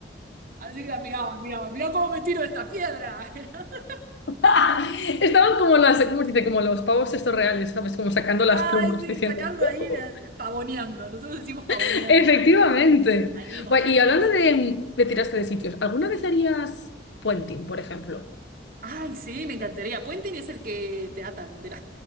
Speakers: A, on the right (about 50°); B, on the left (about 75°).
A: Así que la miraban, miraban, mirá cómo me tiro de esta piedra. <laughs>
B: <laughs> Estaban como las, ¿cómo se dice? Como los pavos estos reales, ¿sabes? Como sacando las
A: Ay,
B: plumas,
A: sí,
B: diciendo,
A: sacando
B: "Uh".
A: ahí, la- pavoneando. Nosotros decimos pavoneando.
B: <laughs> Efectivamente.
A: Ahí mostrando.
B: Bueno, y hablando de, de tirarse de sitios, ¿alguna vez harías puenting, por ejemplo?
A: Ay, sí, me encantaría. Puenting es el que te atan de las,